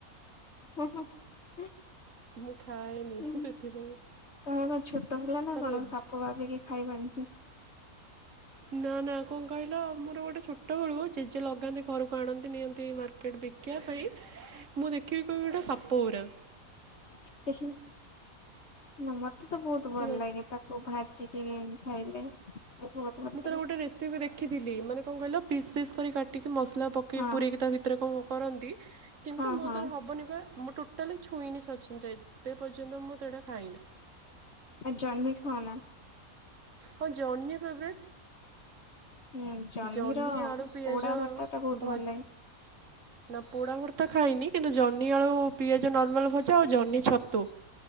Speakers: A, on the left (about 50°); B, on the right (about 60°).
A: <unintelligible> ତମେ
B: ମୁଁ ଖାଏନି ସେଥିପାଇଁ
A: କଣ ଛୋଟ ପିଲା ନା
B: ତାର
A: କଣ
B: ଏବେ
A: ସାପ ଭାବିକି ଖାଇବନି।
B: ନା ନା କଣ କହିଲ ମୋର ଗୋଟେ ଛୋଟ ବେଳୁ ଜେଜେ ଲଗାନ୍ତି ଘରକୁ ଆଣନ୍ତି ନିଅନ୍ତି ମାର୍କେଟ ବିକିବା ପାଇଁ ମୁଁ ଦେଖିବି କହିବି ଗୋଟେ ସାପ। <unintelligible>
A: <unintelligible> ମତେ ତ ବହୁତ
B: ସିଏ
A: ଭଲ ଲାଗେ ତାକୁ ଭା ଚିକେନ ଖାଇଲେ ବହୁତ ଭଲ
B: ମୁଁ
A: ଲାଗେ
B: ତାର ଗୋଟେ ରେସିପି ଦେଖିଥିଲି ମାନେ କଣ କହିଲ ପିସ୍ ପିସ୍ କରି ଟିକେ ମସଲା ପକେଇ
A: ହଁ
B: ପୁରେଇକି ତା ଭିତରେ କଣ କରନ୍ତି କିନ୍ତୁ
A: ହଁ
B: ମୋ
A: ହଁ
B: ଦ୍ୱାରା ହେବନି ବା। ଟୋଟାଲି ଛୁଇଁନି ସଚିନ୍ଦ୍ର ଏବେ ପର୍ଯ୍ୟନ୍ତ ମୁଁ ସେଟା ଖାଇନି
A: ଆ ଜହ୍ନି ଖାାଉନା
B: ହଁ ଜହ୍ନି ଭବେ
A: ହୁଁ ଜହ୍ନିର
B: ଜହ୍ନି ଆଡୁ ପିଆଜ
A: ପୋଡା ଭର୍ତ୍ତା ଟା ବହୁତ
B: ଭ
A: ଭଲ ଲାଗେ
B: ନା ପୋଡା ଭରତା ଖାଇନି କିନ୍ତୁ ଜହ୍ନି ଆଳୁ ପିଆଜ ନର୍ମାଲ ଭୋଜା ଆଉ ଜହ୍ନି ଛତୁ